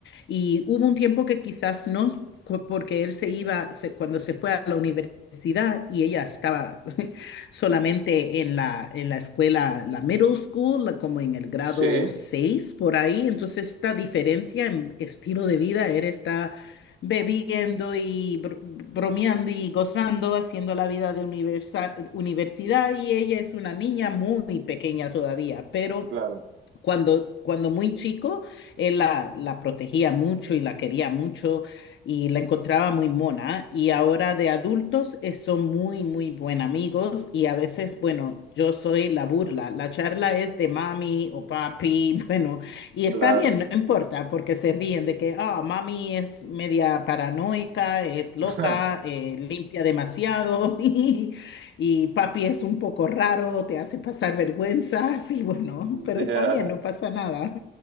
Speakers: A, on the left; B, on the right.
A: y hubo un tiempo que quizás no, cu- porque él se iba, se- cuando se fue a la universidad y ella estaba <laughs> solamente en la, en la escuela, la middle school, la- como en el grado
B: Sí,
A: seis por ahí. Entonces esta diferencia en estilo de vida, él está bebiendo y br- bromeando y gozando, haciendo la vida de universa- universidad y ella es una niña muy pequeña todavía, pero...
B: claro,
A: Cuando, cuando muy chico, él la, la protegía mucho y la quería mucho y la encontraba muy mona. Y ahora de adultos eh, son muy, muy buen amigos y a veces, bueno, yo soy la burla. La charla es de mami o papi, <laughs> bueno, y
B: <laughs> claro.
A: está bien, no importa, porque se ríen de que, ah, mami es media paranoica, es loca,
B: <laughs>
A: eh, limpia demasiado <laughs> y, y papi es un poco raro, te hace pasar vergüenza sí bueno, pero
B: Ya.
A: está bien, no pasa nada.